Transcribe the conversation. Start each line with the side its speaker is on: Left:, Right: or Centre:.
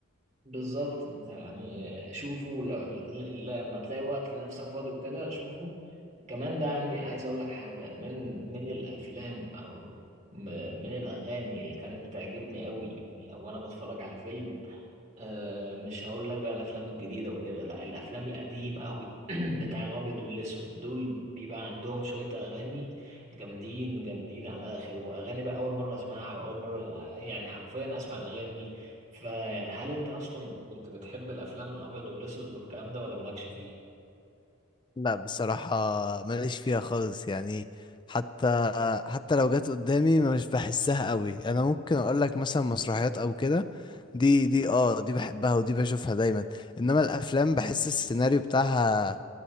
Right: بالظبط انت يعني شوفه ل- ل- لما تلاقي وقت لنفسك فاضي وكده شوفه كمان بقى يعني عايز اقول لك حاجة من من الافلام او م- من الاغاني اللي كانت بتعجبني قوي لو انا بتفرج على فيلم آه مش هقول لك بقى الافلام الجديده وكده لا الافلام القديمه قوي <clears throat> بتاع الابيض والاسود دول بيبقى عندهم شويه اغاني جامدين جامدين على الاخر واغاني بقى اول مره اسمعها واول مره يعني حرفيا اسمع الاغاني دي فيعني هل انت اصلا كنت بتحب الافلام الابيض والاسود والكلام ده ولا مالكش فيه
Left: لا بصراحة ماليش فيها خالص يعني حتى حتى لو جت قدامي مش بحسها قوي انا ممكن اقول لك مثلا مسرحيات او كده دي دي اه دي بحبها ودي بشوفها دايما انما الافلام بحس السيناريو بتاعها